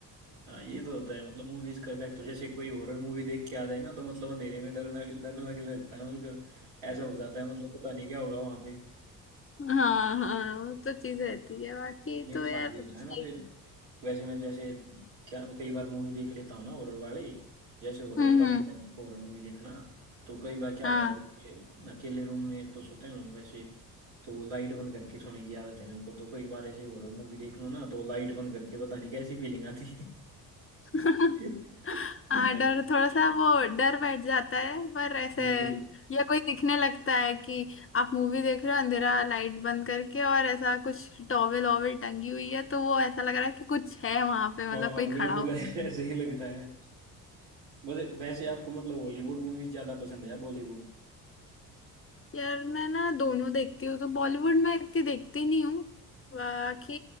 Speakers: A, on the right (about 70°); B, on the left (about 25°).
A: हाँ ये तो होता है मतलब मूवीज का इफेक्ट जैसे कोई हॉरर मूवी देख के आ जाए ना तो मतलब अंधेरे में डरना डरने लगता है मतलब ऐसा हो जाता है मतलब पता नहीं क्या होगा वहां पे
B: हाँ हाँ वो तो चीज रहती है बाकी
A: ये मेरे
B: तो
A: साथ
B: यार
A: भी होता है
B: सही
A: वैसे वैसे मैं जैसे क्या कई बार मूवी देख लेता हूँ ना हॉरर वाली जैसे हॉरर
B: हम्म
A: पसंद
B: हम्म
A: है मेरे को हॉरर मूवी देखना तो कई बार क्या
B: हाँ
A: होता है जैसे अकेले रूम में तो सोते हूँ वैसे तो लाइट बंद करके सोने की आदत है मेरे को तो कई बार ऐसे हॉरर मूवी देख लो ना तो लाइट बंद करके पता नहीं कैसी फीलिंग आती
B: <laughs>
A: ऐसे,
B: हाँ डर थोड़ा सा वो डर बैठ जाता है पर ऐसे
A: <laughs> बिल्कुल
B: या कोई दिखने लगता है कि आप मूवी देख रहे हो अंधेरा लाइट बंद करके और ऐसा कुछ टॉवेल ओवेल टंगी हुई है तो वो ऐसा लग रहा है कि कुछ है वहां पे
A: हाँ
B: मतलब
A: हाँ
B: कोई खड़ा
A: बिल्कुल
B: हो
A: ऐसे ही लगता है वैसे वैसे आपको मतलब हॉलीवुड मूवीज ज्यादा पसंद है या बॉलीवुड
B: यार मैं ना दोनों देखती हूँ तो बॉलीवुड में इतनी देखती नहीं हूँ बाकी